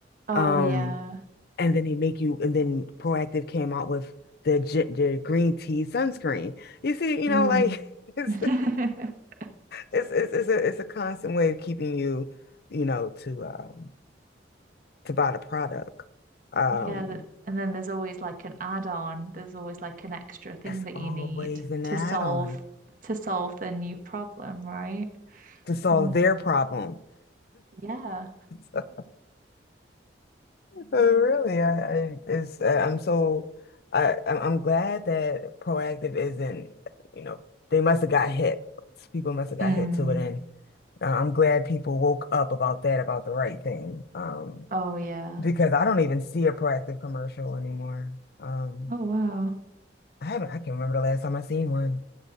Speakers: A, on the right; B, on the left.
A: Oh
B: Um,
A: yeah.
B: and then they make you, and then Proactive came out with the gi- the green tea sunscreen. You see, you
A: Mm.
B: know, like <laughs> it's
A: <laughs>
B: it's it's, it's a it's a constant way of keeping you, you know, to um to buy the product. Um,
A: Yeah, that, and then there's always like an add-on. There's always like an extra thing
B: that's
A: that
B: always
A: you need
B: an
A: to
B: add-on
A: solve to solve the new problem, right?
B: to solve
A: Mm.
B: their problem. <laughs>
A: Yeah.
B: So Oh, really? I, I it's uh, I'm so I I'm I'm glad that proactive isn't, you know, they must have got hit. People must have got
A: Mm.
B: hit to it, and uh, I'm glad people woke up about that, about the right thing. Um,
A: Oh yeah.
B: because I don't even see a proactive commercial anymore. Um,
A: Oh
B: I haven't. I can't remember the last time I seen one.